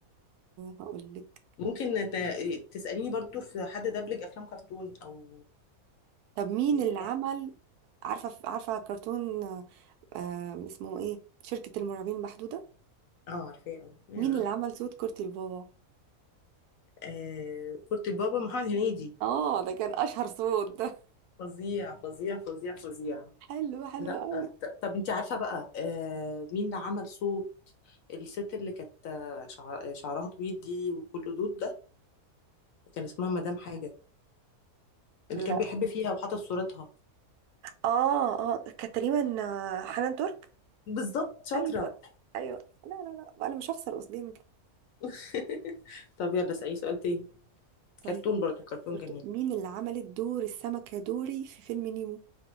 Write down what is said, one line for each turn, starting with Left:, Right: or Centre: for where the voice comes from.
Right: هقول لك
Left: ممكن ت- تسأليني برضو في حد دبلج افلام كرتون او
Right: طب مين
Left: يعني
Right: اللي عمل عارفه عارفه كرتون آه اسمه ايه شركة المرعبين المحدودة
Left: اه عارفاه اه يا.
Right: مين اللي عمل صوت كورتي البابا
Left: آه، كرة البابا محمد هنيدي
Right: اه ده كان اشهر صوت ده
Left: فظيع فظيع فظيع فظيع
Right: حلو حلو
Left: لا
Right: قوي
Left: آه، ط- طب انت عارفة بقى آه، مين اللي عمل صوت الست اللي كانت آه، شع- شعرها طويل دي وكله دود ده كان اسمها مدام حاجة اللي
Right: لا
Left: كان بيحب فيها وحاطط صورتها
Right: اه اه كانت تقريبا آه، حنان ترك
Left: بالضبط شاطرة
Right: ايوه ايوه لا لا لا انا مش هخسر قصدي
Left: <laughs> طب يلا اسألي سؤال تاني
Right: طيب
Left: كرتون برضو كرتون
Right: برت-
Left: جميل
Right: مين اللي عملت دور السمكة دوري في فيلم نيمو